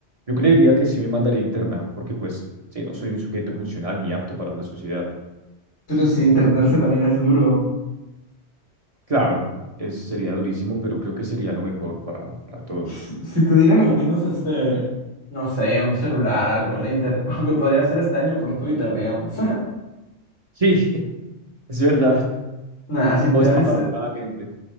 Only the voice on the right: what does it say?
yo creería
que sí me mandaría a internar, porque pues sí, no soy un sujeto funcional ni apto para la sociedad.
Claro, es, sería durísimo, pero creo que sería lo mejor para, para todos.
O-
sí, <laughs> es verdad.
O
está
para la gente.